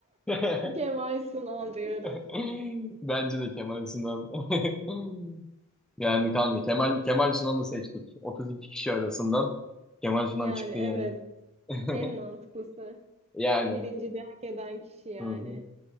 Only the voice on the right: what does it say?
Kemal Sunal diyorum.
Yani
evet.
En mantıklısı.
Birinci de hak eden kişi yani.